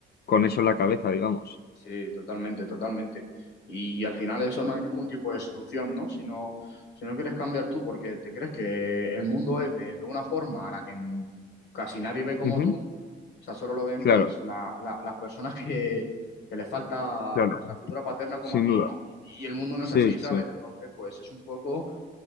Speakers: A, on the left; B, on the left.
A: con eso en la cabeza, digamos.
B: Sí, totalmente, totalmente. Y al final eso no hay ningún tipo de solución, ¿no? Si no, si no quieres cambiar tú porque te crees que el mundo es de, de una forma a la que n- casi nadie ve como
A: Ujú.
B: tú, o sea, solo lo ven
A: Claro,
B: pues la- la- las personas <laughs> que, que les falta
A: claro,
B: pues la figura paterna como
A: sin
B: a ti,
A: duda.
B: ¿no? Y, y el mundo no
A: Sí,
B: es así, ¿sabes?
A: sí.
B: Entonces, pues es un poco,